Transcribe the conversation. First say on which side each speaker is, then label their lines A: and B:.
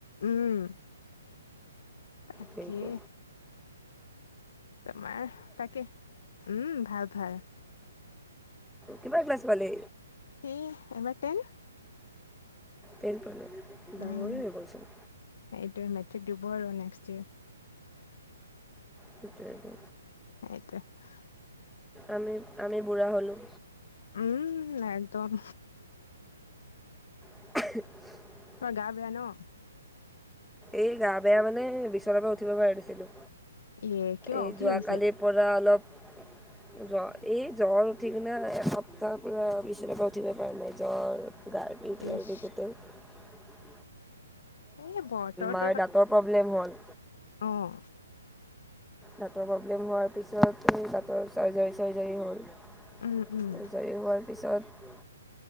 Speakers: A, on the left (about 60°); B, in the centre.
A: উম তাকে
B: কিন্তু
A: তোমাৰ তাকে উম ভাল ভাল
B: কিবা ক্লাছ পালে
A: স এবাৰ টেন
B: টেন পালে ডাঙৰে
A: উম
B: হৈ গ'ল ছোন
A: এইটোৱে মেট্ৰিক দিব আৰু নেক্সট ইয়েৰ
B: সেই টোৱে টো
A: <unintelligible>
B: আমি আমি বুঢ়া হ'লোঁ
A: উম একদম
B: <unintelligible>
A: তোৰ গা বেয়া ন
B: এই গা বেয়া মানে বিছৰ পৰা উঠিব পৰা দিছিলো
A: ইয়ে কিয়
B: এই
A: কি
B: যোৱাকালি
A: হৈছিল
B: পৰা অলপ জ্বৰ এই জ্বৰ উঠি কিনে এসপ্তাহৰ পৰা বিছনাৰ পৰা উঠিবই পৰা নাই জ্বৰ। <unintelligible>
A: ইচ এ বতৰ
B: তাৰ দাঁতৰ প্ৰব্লেম হ'ল
A: অঁ
B: দাঁতৰ প্ৰব্লেম হোৱাৰ পিছত দাঁতৰ চাৰ্জাৰী চাৰ্জাৰী হ'ল আজৰি
A: উম উম
B: হোৱাৰ পিছত